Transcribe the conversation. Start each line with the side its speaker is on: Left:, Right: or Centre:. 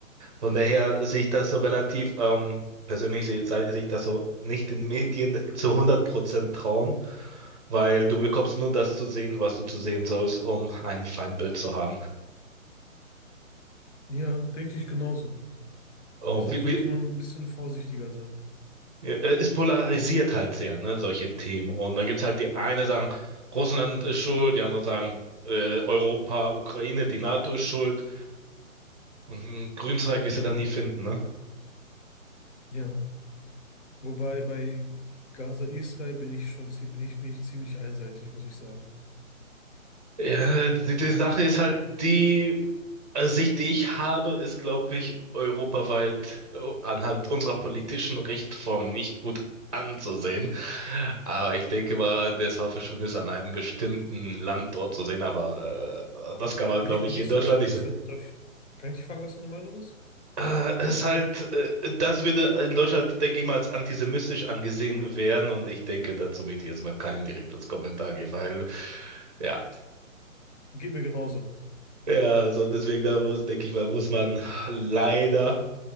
Right: Von daher sehe ich das so relativ, ähm, persönlich sehe, sei- sehe ich das so nicht den Medien zu 100% trauen, weil du bekommst nur das zu sehen, was du zu sehen sollst, um ein Feindbild zu haben.
Left: Ja, denke ich genauso.
Right: Oh,
Left: Deshalb
Right: wie,
Left: sollte
Right: wie,
Left: man ein bisschen vorsichtiger sein.
Right: Ja, äh, Es polarisiert halt sehr, ne, solche Themen. Und dann gibt's halt die eine sagen, Russland ist schuld, die anderen sagen, äh, Europa, Ukraine, die NATO ist schuld. Und einen Grünzeug wirst du dann nie finden, ne?
Left: Ja. Wobei bei Gaza, Israel bin ich schon zie- bin ich, bin ich ziemlich einseitig, muss ich sagen.
Right: Ja, die, die Sache ist halt, die äh, Sicht, die ich habe, ist, glaube ich, europaweit äh, anhand unserer politischen Rechtsform nicht gut anzusehen. Aber ich denke mal, das Haferschwund ist an einem bestimmten Land dort zu sehen, aber äh, das kann man,
Left: Wie,
Right: glaube
Left: wie
Right: ich,
Left: siehst
Right: hier in Deutschland
Left: du das denn?
Right: nicht
Left: Was
Right: so.
Left: für, darf ich, kann ich dich fragen, was deine Meinung ist?
Right: Äh, es halt, äh, das würde in Deutschland, denke ich mal, als antisemitisch angesehen werden und ich denke, dazu möchte ich jetzt mal kein direktes Kommentar geben, weil, ja,
Left: Geht mir genauso.
Right: ja, also deswegen, da muss, denke ich mal, muss man leider.